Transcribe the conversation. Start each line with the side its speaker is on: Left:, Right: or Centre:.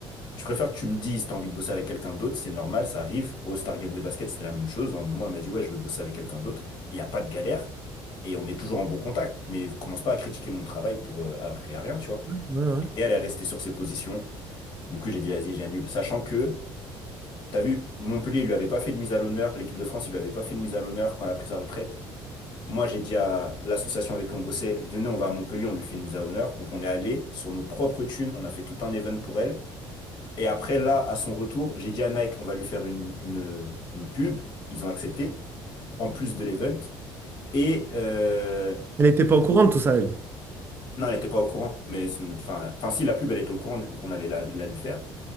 Left: Je préfère que tu me dises, t'as envie de bosser avec quelqu'un d'autre, c'est normal, ça arrive. Au Star Game de basket, c'était la même chose. À un moment, elle m'a dit, ouais, je vais bosser avec quelqu'un d'autre. Il n'y a pas de galère. Et on est toujours en bon contact. Mais commence pas à critiquer mon travail pour, euh, alors qu'il n'y a rien, tu vois.
Right: Ouais, ouais.
Left: Et elle est restée sur ses positions. Du coup, j'ai dit, vas-y, j'annule. Sachant que, t'as vu, Montpellier, il lui avait pas fait de mise à l'honneur. L'équipe de France, il lui avait pas fait de mise à l'honneur quand elle a pris sa retraite. Moi, j'ai dit à l'association avec qui on bossait, venez, on va à Montpellier, on lui fait une mise à l'honneur. Donc, on est allé sur nos propres thunes, on a fait tout un event pour elle. Et après, là, à son retour, j'ai dit à Nike, on va lui faire une, une, une pub. Ils ont accepté, en plus de l'event. Et, euh,
Right: Elle n'était pas au courant de tout ça, elle.
Left: non, elle n'était pas au courant. Mais, c'est- enfin, enfin, si, la pub, elle était au courant, du coup, qu'on allait la la lui faire.